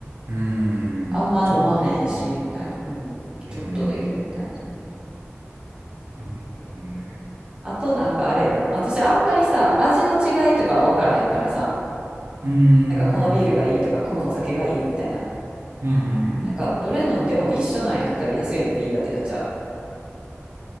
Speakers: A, on the right; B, on the right.
A: うーん、
B: あんま飲まへんし、
A: ちょっと、うん、
B: みたいな。うん、
A: うん、
B: ちょっとでいいみたいな。
A: うん、うん。なるほどね。
B: あとなんかあれやな。
A: う
B: 私あんまりさ、味の違いとかは分からへんからさ、
A: ーん、
B: なんかこのビールがいいとか、
A: うん、
B: このお酒がいいみたいな。
A: うん、
B: なんかどれ飲んでも一緒なんやったら安いのでいいやってなっちゃう。